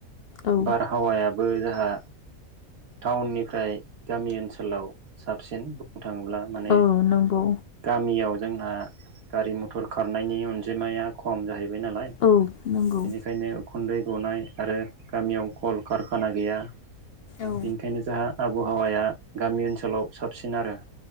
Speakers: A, on the left; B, on the right.
A: औ
B: बारहावाया बो जोंहा टाउननिफ्राय गामि ओनसोलाव साबसिन। थाङोब्ला माने
A: औ नंगौ।
B: गामियाव जोंना गारि मथर खारनायनि अनजिमाया खम जाहैबाय नालाय।
A: औ नंगौ
B: बेनिखायनो उखुन्दै गनाय आरो गामियाव खल कारखाना गैया।
A: औ
B: बेनिखायनो जोंहा आबहावाया गामि ओनसोलाव साबसिन आरो।